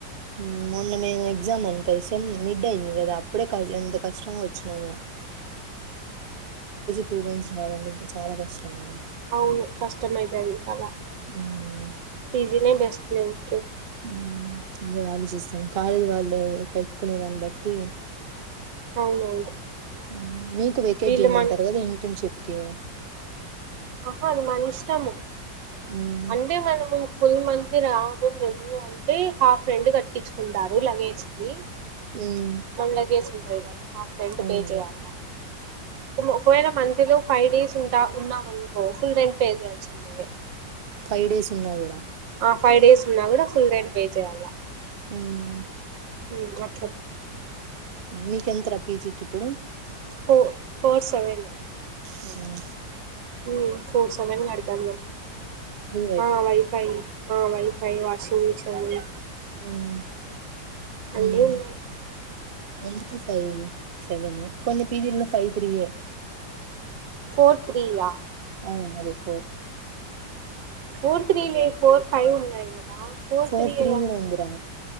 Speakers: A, on the right; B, on the right.
A: మ్ మొన్న మేము ఎగ్జామ్ అని కలిసాం మిడ్ అయింది గదా అప్పుడే క ఎంత కష్టంగా ఒచ్చినామో టూ మంత్స్ రావాలంటే ఇంక చాలా కష్టము
B: అవును కష్టమయితది చాలా
A: ఉమ్,
B: పీజీనే బెస్ట్ లె ఇంక
A: మ్ అదే ఆలోచిస్తున్న కాలేజి వాళ్ళు పెట్టుకునే దాన్ని బట్టి
B: అవునవును
A: ఉమ్, మీకు వేకేట్
B: వీళ్ళు
A: జేయమంటరు
B: మన
A: గదా ఇంటర్న్షిప్ కి
B: అహా అది మన ఇష్టము
A: ఉమ్,
B: అంటే మనము ఫుల్ మంతి రాము మెము అంటే హాఫ్ రెంట్ కట్టించుకుంటారు లగేజ్ కి
A: ఉమ్,
B: మళ్ళ కేసుంటది గదా హాఫ్ రెంట్
A: అవునులే
B: పే చేయాలా ఒకవేళ మంతి లొ ఫై డేస్ ఉంటా ఉన్నాం అనుకో ఫుల్ రెంట్ పే చేయాల్సి ఉన్నది
A: ఫైవ్ డేస్ ఉన్నా కూడా
B: అ ఫై డేస్ ఉన్నా గూడా ఫుల్ రెంట్ పే చేయాలా
A: ఉమ్
B: మ్ గట్ల
A: మీకేంతరా పీజీకి ఇప్పుడు
B: four four seven
A: hmm
B: um four seven కడ్తం మేము
A: ఫ్రీ
B: ఆ వైఫై ఆ వైఫై వాషింగ్ మిషన్ అన్ని
A: ఉమ్
B: అన్నీ
A: ఉమ్
B: ఉన్నాయి
A: ఎన్త్ ఫైవ్ సెవెన్ కొన్ని పీజీల్లో ఫైవ్ త్రీయే
B: ఫోర్ త్రియా
A: అవును అది ఫోర్త్
B: ఫోర్ త్రీ లే ఫోర్ ఫైవ్ ఉన్నాయి కదా ఫోర్
A: పోర్ త్రీ
B: కదండి.
A: కూడా ఉందిరా